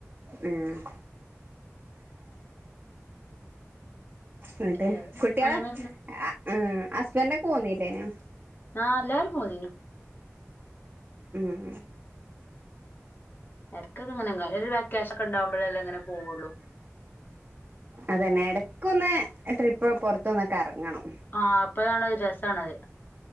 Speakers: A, on the right; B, on the left.
A: ഉം എന്നിട്ട്
B: ഏഹ്
A: കുട്ടികളെ
B: അങ്ങനെ
A: ആഹ് ഹസ്ബൻഡ ഒക്കെ പോന്നില്ലേനോ
B: ആഹ എല്ലാരും പോന്നിന്നു.
A: ഉം
B: ഇടക്കൊക്കെ ഇങ്ങനെങ്ങനെ ഒരു വെക്കേഷൻ ഒക്കെ ഉണ്ടാവകുമ്പോഴേ അല്ലാം അങ്ങനെ പോവുള്ളു
A: അതന്നെ ഇടക്കൊന്ന് ട്രിപ്പ് പുറത്തൊന്നൊക്കെ ഇറങ്ങണം
B: ആഹ അപ്പണത് രസണത്